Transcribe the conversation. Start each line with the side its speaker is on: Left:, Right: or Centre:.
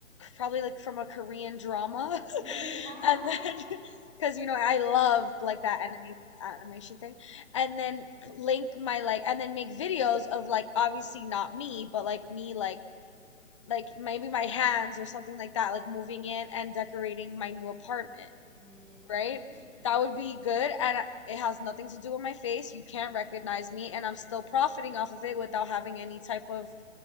Left: probably like from a Korean drama. <laughs>
Right: <laughs> Yeah.
Left: And then <laughs> because you know I love like that anime animation thing. And then p- link my like and then make videos of like obviously not me, but like me like like maybe my hands or something like that, like moving in and decorating my new apartment
Right: Mhm,
Left: right?
Right: mhm,
Left: That would be good, and it has nothing to do with my face. You can't
Right: mhm,
Left: recognize me,
Right: mhm.
Left: and I'm still profiting off of it without having any type of